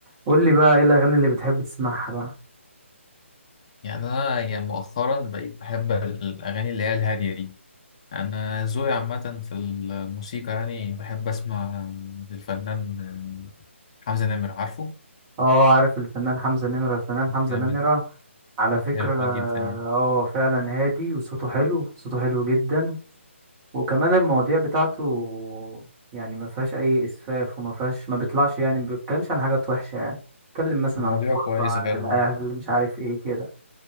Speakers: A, on the right; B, on the left.
A: قول لي بقى ايه الاغاني اللي بتحب تسمعها بقى
B: يعني أنا يعني مؤخرا بقيت بحب الأغاني اللي هي الهادية دي أنا ذوقي عامة في الموسيقى يعني بحب أسمع للفنان حمزة نمر عارفه
A: اه عارف الفنان حمزة نمرة الفنان حمزة
B: جامد
A: نمرة على فكرة
B: جامد جدا يعني
A: اه فعلا هادي وصوته حلو صوته حلو جدا وكمان المواضيع بتاعته يعني ما فيهاش اي اسفاف وما فيهاش ما بيطلعش يعني ما بيتكلمش عن حاجات وحشة يعني بيتكلم مثلا
B: مواضيعه
A: عن الغربة
B: كويسة
A: عن
B: فعلا
A: الاهل
B: اه
A: مش عارف ايه كده